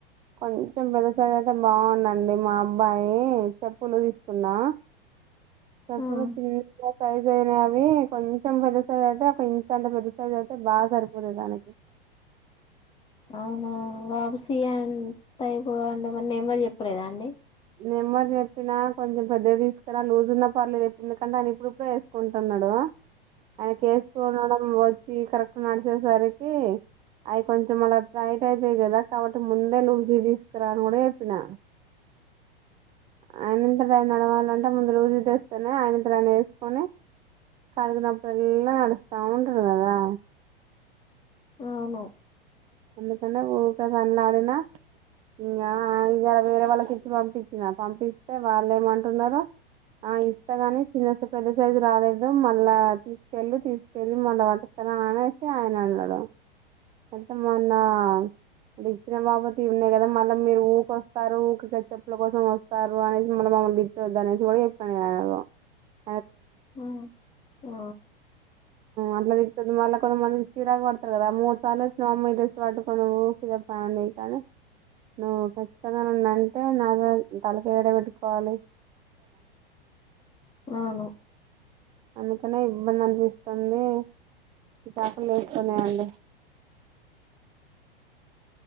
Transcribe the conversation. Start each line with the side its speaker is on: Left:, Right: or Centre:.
Right: కొంచెం పిలిసది అయితే బాగుండండి మా అబ్బాయి చెప్ పులు తీసుకున్నా చెప్పులు
Left: ఆ
Right: చిన్న సైజ్ అయినా అవి కొంచెం పెద్ద సైజ అయితే కొంచ అంత పెద్ద సైజ్ అయితే బాగా సరిపోతు దానికి
Left: అవునా వాపుసీంత అయిపోవండి మరి నేమరి చెప్పలేదా అండి
Right: నెమ్మది చెప్పినా కొంచెం పెద్దది తీసుకురా లజ్ ఉంద పర్లేదు ఎప్పుడు ఎందుకంటే ఆయన ఇప్పుడుప్పుడే వేసుకుంటున్నాడు అన కేేసుకోడం చ కరెక్ట్ నడిచేసరికి అవి కొంచెం అళ్ళ టైట్ అయితాయి కదా కాబట్టి ముందే లూ్జీ తీసుకురాని కూడా చెప్పినా ఆయనంతట నడవాలంటే ముందు రోజు తెస్తేనే ఆయనంత్రానే వేసుకొని కలికినప్పుడులా నడుస్తా ఉంటారు కదా
Left: అవును
Right: అందుకనే ఊ కదనిలా ఆడినా ఇం ఇ వేరే వాళ్ళకి ఇచ్చి పంపించినా పంపిస్తే వాళ్ళు ఏమంటున్నారో ఆ ఇస్తా కాని చిన్న పెద్ద సైజు రాలేదు మళ్ళా తీసుకెళ్ళి తీసుకెళ్ళి మళ్ళీ వత కదా అనేసి ఆయన అన్నాడు ఇమొన్న అంటే ఇచ్చిన బాబు త ఉన్నాయి కదా మళ్ళీ మీరు ఊకొస్తారు ఊకి చెప్పుల కోసం వస్తారు అనేసి మళ్ళీ మమ్మల్ని గిట్ వద్ద అనేసి కూడా చెప్పాను నేను అ
Left: అ ఆ
Right: అట్లా తితుంది మళ్ళీ కొంతమందికి చీరాకు పడతారు కదా మూడు సార్లు వచ్చిినవ్ అమ్మాయి డ్రెస్లు పట్టుకో నువ్వు కదప్పండిని నువ్వు ఖచ్చంగా అంటే నాతో తలపై ఏడ పెెట్టుకోవాలి
Left: అవును
Right: అందుకనే ఇబ్బంది అనిపిస్తుంది చటాకులు వస్తూనే అండి